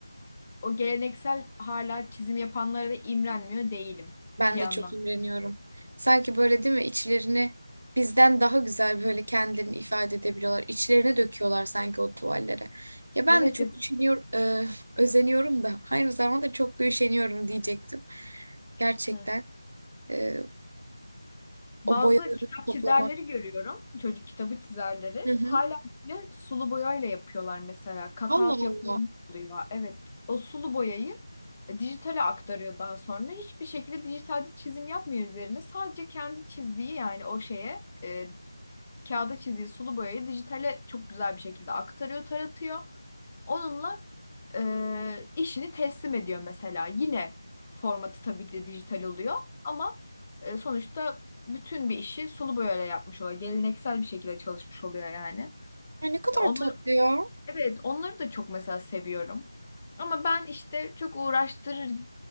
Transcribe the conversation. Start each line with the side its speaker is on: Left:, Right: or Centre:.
Left: o geleneksel hala çizim yapanlara da imrenmiyor değilim
Right: Ben
Left: bir yandan.
Right: de çok imreniyorum. Sanki böyle değil mi içlerini bizden daha güzel böyle kendilerini ifade edebiliyorlar. İçlerine döküyorlar sanki o tuvallere. Ya ben
Left: Evet,
Right: de çok
Left: yap-
Right: üşeniyor, e, özeniyorum da aynı zamanda çok da üşeniyorum diyecektim. Gerçekten
Left: Hı.
Right: e,
Left: bazı
Right: o boyaları
Left: kitap
Right: toplamak.
Left: çizerleri görüyorum. Çocuk kitabı çizerleri.
Right: Hı hı.
Left: Hala bile sulu boyayla yapıyorlar mesela. Cutout
Right: Allah
Left: yapımı
Right: Allah.
Left: oluyor. Evet, o sulu boyayı dijitale aktarıyor daha sonra. Hiçbir şekilde dijitalde çizim yapmıyor üzerine. Sadece kendi çizdiği yani o şeye e, kağıda çizdiği sulu boyayı dijitale çok güzel bir şekilde aktarıyor, taratıyor. Onunla e, işini teslim ediyor mesela. Yine formatı tabii ki de dijital oluyor ama e, sonuçta bütün bir işi sulu boyayla yapmış oluyor. Geleneksel bir şekilde çalışmış oluyor yani.
Right: Ay ne kadar
Left: Ya onları
Right: tatlı ya.
Left: evet onları da çok mesela seviyorum. Ama ben işte çok uğraştırır